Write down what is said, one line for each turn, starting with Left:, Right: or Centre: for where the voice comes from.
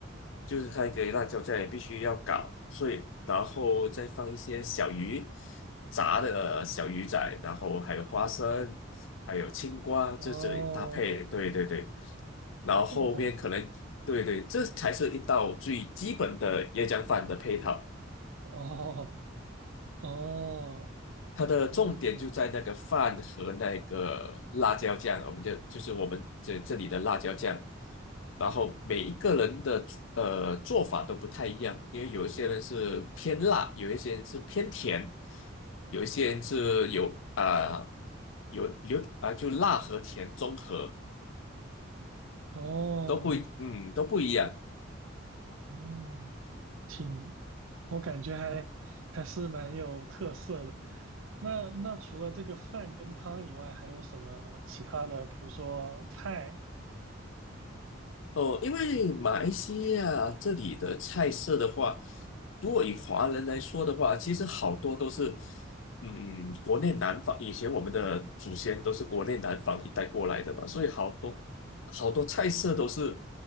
Left: 就是它给辣椒酱也必须要搞碎，然后再放一些小鱼，炸的呃小鱼仔，然后还有花生，还有青瓜，
Right: 哦，
Left: 这这搭配，对对对，然后后面可能，
Right: 这么多，
Left: 对对，这才是一道最基本的椰浆饭的配套。
Right: 哦哦，
Left: 它的重点就在那个饭和那个辣椒酱，
Right: 嗯，
Left: 我们就就是我们这这里的辣椒酱，然后每一个人的呃做法都不太一样，因为有一些人是偏辣，有一些人是偏甜，有一些人是有啊、呃有有啊、就辣和甜综合
Right: 哦
Left: 都不一嗯都不一样。
Right: 哦，挺，我感觉还还是蛮有特色的。那那除了这个饭跟汤以外，还有什么其他的？比如说菜？
Left: 哦，因为马来西亚这里的菜色的话，如果以华人来说的话，其实好多都是，嗯，国内南方，以前我们的祖先都是国内南方一带过来的嘛，所以好多好多菜色都是，